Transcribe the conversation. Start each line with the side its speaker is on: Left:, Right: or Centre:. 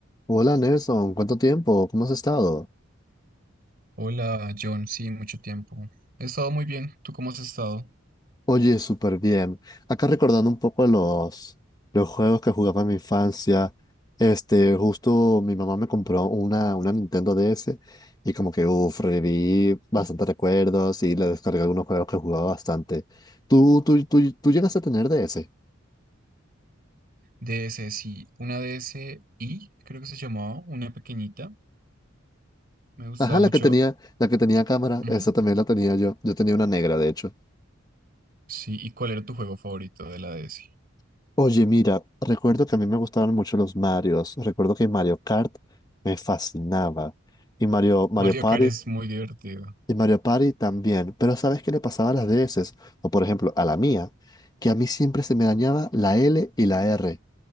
Left: Hola Nelson, ¿cuánto tiempo? ¿Cómo has estado?
Right: Hola, John. Sí, mucho tiempo. He estado muy bien. ¿Tú cómo has estado?
Left: Oye, súper bien. Acá recordando un poco los, los juegos que jugaba en mi infancia. Este, justo mi mamá me compró una, una Nintendo DS y como que, uff, reviví bastantes recuerdos y le descargué algunos juegos que jugaba bastante. ¿Tú, tú, tú, tú llegaste a tener DS?
Right: DS, sí. Una DSi, creo que se llamaba, una pequeñita. Me gustaba
Left: Ajá, la
Right: mucho.
Left: que tenía, la que tenía cámara,
Right: Ujú.
Left: esa también la tenía yo. Yo tenía una negra, de hecho.
Right: Sí, ¿y cuál era tu juego favorito de la DS?
Left: Oye, mira, recuerdo que a mí me gustaban mucho los Marios. Recuerdo que Mario Kart me fascinaba. Y Mario, Mario
Right: Mario
Left: Party,
Right: Kart es muy divertido.
Left: y Mario Party también. Pero ¿sabes qué le pasaba a las DS? O por ejemplo, a la mía, que a mí siempre se me dañaba la L y la R.